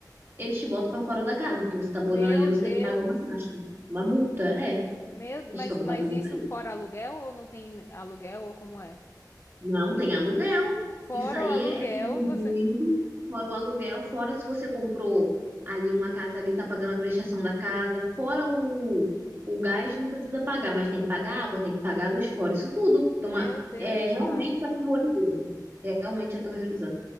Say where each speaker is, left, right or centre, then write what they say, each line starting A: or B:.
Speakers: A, on the right; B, on the left.
A: eles te botam pra fora da casa, porque você tá morando
B: Meu
A: ali, você
B: Deus.
A: tem que pagar uma taxa, uma multa, É,
B: Meu,
A: Estão
B: mas, mas
A: fazendo
B: isso
A: isso aí.
B: fora aluguel ou não tem aluguel ou como é?
A: Não tem aluguel.
B: Fora
A: Isso aí
B: o aluguel,
A: é, é pro bandido,
B: você.
A: fora o aluguel, fora se você comprou ali uma casa ali, tá pagando a prestação da casa, fora o, o gás, não precisa pagar, mas tem que pagar água, tem que pagar a luz, fora isso tudo. Então,
B: Meu
A: uma-
B: Deus,
A: é realmente
B: cara.
A: aterrorizando. Realmente aterrorizando.